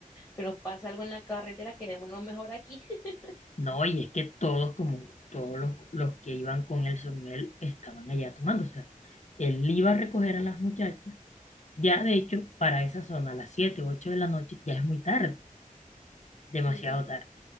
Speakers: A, on the left (about 20°); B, on the left (about 55°).
A: que nos pasa algo en la carretera, quedémonos mejor aquí. <laughs>
B: No, y es que todos, como todos los, los que iban con él, según él, estaban allá tomando. O sea, él iba a recoger a las muchachas. Ya, de hecho, para esa zona, a las 7 o 8 de la noche, ya es muy tarde, demasiado
A: Sí,
B: tarde.